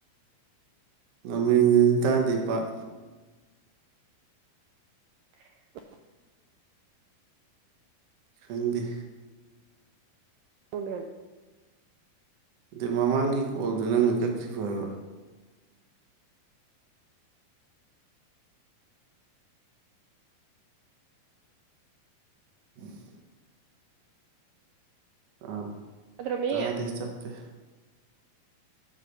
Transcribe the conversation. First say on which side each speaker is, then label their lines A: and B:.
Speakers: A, on the right; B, on the right.
A: ꯅꫭꯃꯦꯒꯤꯗꯁꯨ ꯇꯥꯗꯦ ꯄꯥꯛ
B: <inaudible>
A: ꯈꯪꯗꯦ
B: ꯅꫭꯔꯃꯦꯜ
A: ꯗꯩ ꯃꯃꯥꯡꯒꯤ ꯀꯣꯜꯗꯨꯣ ꯅꯪꯅ ꯀꯛ ꯁꯤ ꯐꯥꯏꯕ <unintelligible> ꯑꯥ
B: ꯅꯠꯇ꯭ꯔꯃꯤ
A: ꯇꯥꯗꯦ ꯆꯞꯄꯦ